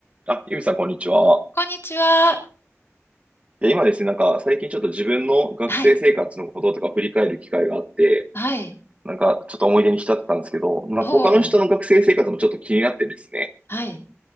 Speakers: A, on the right; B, on the left.
A: あ、ゆみさん、こんにちは。
B: こんにちは。
A: で今ですね、なんか、最近ちょっと自分の学生生活のこととか振り返る機会があって、
B: はい。はい。
A: なんか、ちょっと思い出に浸ってたんですけど、なんか他の人の学生生活もちょっと気になってですね、
B: おー。はい。